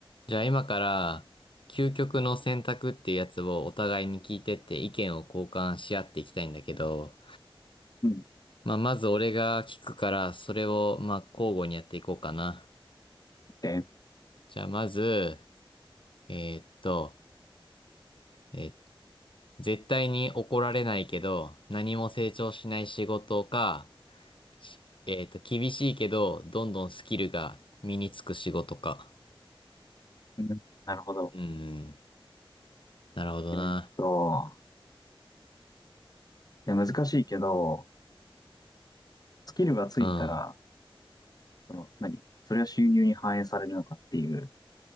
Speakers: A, on the left; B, on the left.
A: じゃあ今から究極の選択っていうやつをお互いに聞いてって意見を交換し合っていきたいんだけど、
B: うん。
A: まあまず俺が聞くからそれをまあ交互にやっていこうかな。
B: で、
A: じゃあまず、えーっと、えー絶対に怒られないけど何も成長しない仕事か、しえーっと厳しいけどどんどんスキルが身につく仕事か。
B: うんなるほど。
A: うん、なるほどな。
B: えーっと、いや難しいけど、スキルがついたら、
A: うん。
B: その、何それは収入に反映されるのかっていう、